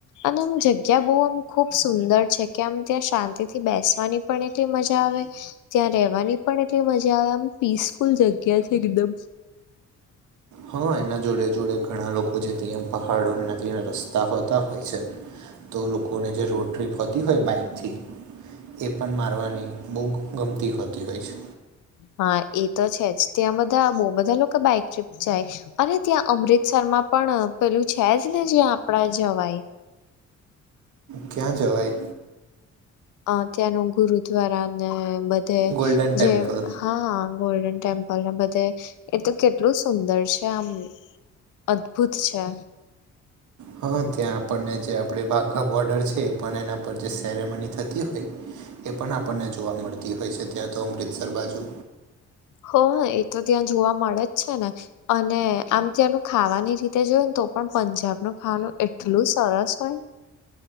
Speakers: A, on the left; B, on the right.
A: અને આમ જગ્યા બહુ આમ ખુબ સુંદર છે કે આમ ત્યાં શાંતિ થી બેસવાની પણ એટલી મજા આવે ત્યાં રહેવાની પણ એટલી મજા આવે આમ પીસફુલ જગ્યા છે એકદમ
B: હા એના જોડે જોડે ઘણા લોકો છે તે પહાડોને ત્યાં રસ્તા હોતા હોય છે તો લોકોને જે રોડ ટ્રીપ હોતી હોય બાઈક થી એ પણ મારવાની બહુગ ગમતી હોતી હોય છે.
A: હા એ તો છે જ ત્યાં બધા બહુ બધા લોકો બાઈક ટ્રીપ જાય અને ત્યાં અમૃતસરમાં પણ પેલું છે જ ને જ્યાં આપડા જવાય
B: ક્યાં જવાય
A: અ ત્યાંનું ગુરુદ્વારા ને બધે
B: ગોલ્ડન ટેમ્પલ
A: જે હા ગોલ્ડન ટેમ્પલ ના બધે એ તો કેટલું સુંદર છે આમ અદ્ભુત છે.
B: હા ત્યાં આપણને જે આપડ વાઘ બોર્ડર છે પણ એના ઉપ જે સેરેમની થતી હોય, એ પણ આપણને જોવા મળતી હોય છે ત્યાં તો અમૃતસર બાજુ.
A: હ એ તો ત્યાં જોવા મળે જ છે ને. અને આમ ત્યાંનું ખાવાની રીતે જોયું ને તો પણ પંજાબ ન ખાવાનું એટલું સરસ હોઈ.